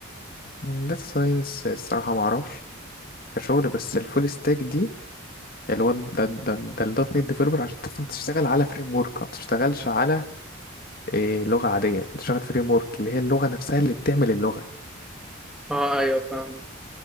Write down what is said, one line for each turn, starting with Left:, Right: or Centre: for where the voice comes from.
Left: داتا ساينس الصراحة ما اعرفش كشغل بس الفول ستاك دي اللي هو ده ده ده الدوت نت ديفلوبر عشان تقدر تشتغل على فريم ورك ما بتشتغلش على إيه لغة عادية بتشتغل فريم ورك اللي هي اللغة نفسها اللي بتعمل اللغة
Centre: اه ايوه فاهم